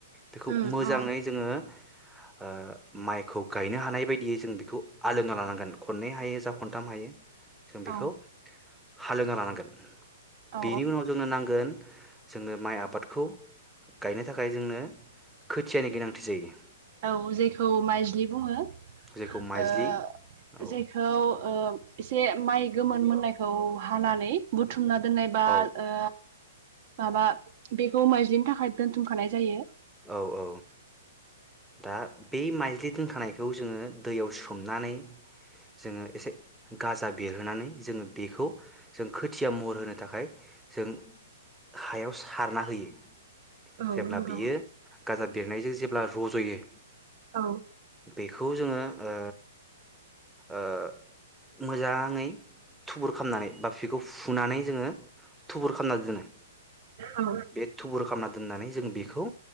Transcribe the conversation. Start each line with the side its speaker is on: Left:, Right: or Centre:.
Centre: बेखौ
Right: उम
Centre: मोजाङै
Right: औ
Centre: जोङो ओ माइखौ गायनो हानाय बायदियै जों बेखौ आलोंना लानांगोन खननै हायो जा खनथाम हायो। जों बेखौ
Right: औ
Centre: हालेवना लानांगोन
Right: औ
Centre: बेनि उनाव जोंनो नांगोन जोंनो माइ आबादखौ गायनो थाखाय जोंनो खोथियानि गोनांथि जायो।
Right: औ जेखौ माइज्लि बुङो
Centre: जेखौ माइज्लि
Right: ओ
Centre: औ
Right: जेखौ ओ एसे माइ गोमोन मोननायखौ हानानै बुथु मना दोननायबा
Centre: औ
Right: ओ माबा बेखौ माइज्लिनि थाखाय दोन्थुमखानाय जायो।
Centre: औ औ दा बे माइज्लि दोनखानायखौ जोङो दैयाव सोमनानै जोङो एसे गाजा बेरहोनानै जोङो बेखौ जों खोथिया महर होनो थाखाय जों हायाव सारना होयो।
Right: औ
Centre: जेब्ला
Right: नंगौ।
Centre: बियो गाजा बेरनायजों जेब्ला रज'यो औ
Right: औ
Centre: बेखौ जोङो ओ ओ मोजाङै थुबुर खालामनानै बा बिखौ फुनानै जोङो थुबुर खालामनानै दोनो
Right: औ
Centre: बे थुबुर खालामना दोननानै जों बेखौ